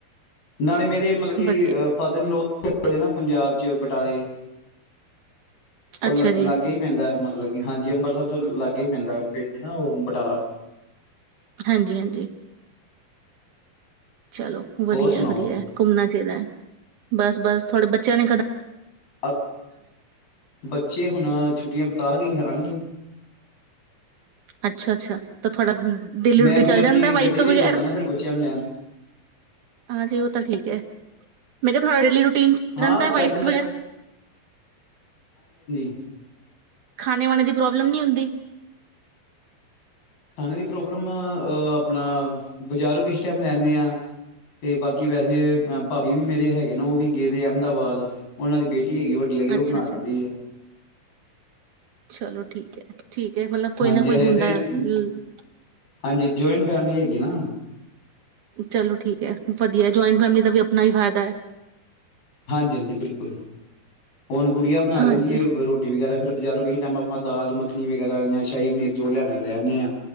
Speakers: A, on the left; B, on the right.
A: ਨਾਲੇ ਮੇਰੇ ਮਤਲਬ ਕੀ
B: ਵਧੀਆ
A: ਅ ਫਾਦਰ ਇਨ ਲਾੱ ਪੰਜਾਬ ਚ ਟਾਲੇ ਉਹ
B: ਅੱਛਾ ਜੀ
A: ਲਾਗੇ ਹੀ ਪੈਂਦਾ ਮਤਲਬ ਕਿ ਹਾਂਜੀ, ਅੰਮ੍ਰਿਤਸਰ ਤੋਂ ਲਾਗੇ ਗੇ ਪੈਂਦਾ ਪਿੰਡ ਨਾ ਉਹ ਬਟਾਲਾ।
B: ਹਾਂਜੀ- ਹਾਂਜੀ। ਚਲੋ, ਵਧੀਆ-ਵਧੀਆ
A: ਹੋਰ ਸੁਣਾਓ
B: ਘੁੰਮਣਾ ਚਾਹੀਦਾ ਹੈ। ਬਸ-ਬਸ ਥੋੜੇ ਬੱਚਿਆਂ ਨੇ ਖ
A: ਅ ਬੱਚੇ ਹੁਣ ਛੁੱਟੀਆਂ ਬਿਤਾ ਕੇ ਹੀ ਆਣਗੇ। ਕੀ।
B: ਅੱਛਾ-ਅੱਛਾ, ਤਾਂ ਥੋੜਾ। ਡੇਲੀ
A: ਮੈਂ
B: ਰੂਟੀਨ
A: ਫਿਰ
B: ਚਲ
A: ਆਪਣੀ
B: ਜਾਂਦਾ ਹੈ ਵਾਈਫ
A: ਗੱਡੀ
B: ਤੋਂ
A: ਤੇ
B: ਬਗੈਰ,
A: ਹੀ ਜਾਂਦਾ ਨਾ ਫਿਰ ਬੱਚਿਆਂ ਨੂੰ ਲੈਣ
B: ਹਾਂਜੀ ਉਹ ਤਾਂ ਠੀਕ ਹੈ ਮੈਂ ਕਿਹਾਾ ਡੇਲੀ ਰੂਟੀਨ ਚਲ
A: ਹਾਂ
B: ਜਾਂਦਾ
A: ਚੱਲ
B: ਹੈ ਵਾਈਫ ਤੋਂ ਬਗੈਰ।
A: ਹ <unintelligible>
B: ਖਾਣੇ- ਵਾਨੇ ਦੀ ਪ੍ਰੋਬਲਮ ਨੀ ਹੁੰਦੀ।
A: ਖਾਣੇ ਦੀ ਪ੍ਰੋਬਲਮ ਆਪਣਾ ਬਜ਼ਾਰੋਂ ਕਿਸ ਟਾਈਮ ਲੈਂਦੇ ਹਾ ਤੇ ਬਾਕੀ ਵੈਸੇ ਭਾਾਬੀ ਵੀ ਮੇਰੇ ਹੈਗੇ ਨੇ ਉਹ ਵੀ ਗਏਦੇ ਅਹਿਮਦਾਬਾਦ ਉਹਨਾਂ ਦੀ ਬੇਟੀ ਟੀ ਹੈਗੀ ਵੱਡੀ ਵਾਲੀ ਉਹ
B: ਅੱਛਾ-ਅੱਛਾ
A: ਬਣਾ ਲੈਂਦੀ ਏ।
B: ਚਲੋ ਠੀਕ ਹੈ ਠੀਕ ਹੈ ਮਤਲਬ ਕੋਈ
A: ਹਾਂਜੀ,
B: ਨਾ ਕੋਈ
A: ਹਜੇ
B: ਹੁੰਦਾ
A: ਤੇ
B: ਹੈ ਲ-
A: ਹਾਂਜੀ ਜੁਆਇੰਟ ਫੈਮਿਲੀ ਹੈਗੀ। ਕਿ ਨਾ।
B: ਚਲੋ ਠੀਕ ਹੈ ਵਧੀਆ। ਜਆਇੰਟ ਫੈਮਲੀ ਦਾ ਵੀ ਆਪਣਾ ਹੀ ਫਾਇਦਾ ਹੈ।
A: ਹਾਂਜੀ-ਹਾਂਜੀ ਬਿਲਕੁਲ, ਹੁਣ ਗੁੜਿਯਾ ਬਣਾ
B: ਹਾਂਜੀ
A: ਲੈਂਦੀ ਹੈ ਰੋਟੀ ਵਗੈਰਾ ਫੇਿਰ ਬਜ਼ਾਰੋਂ ਕਿਸੇ ਟਾਈਮ ਆਪਾਂ ਦਾਲ ਮ ਚਟਨੀ ਵਗੈਰਾ ਜਾਂ ਸ਼ਾਹੀ ਪਨੀਰ ਜੋ ਲੈਣਾ ਲੈਦੇ ਆ।